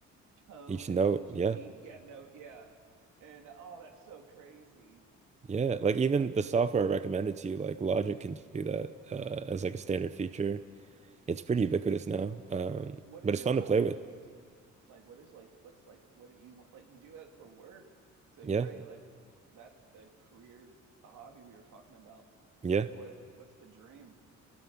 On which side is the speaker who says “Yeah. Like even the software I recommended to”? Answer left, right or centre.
Right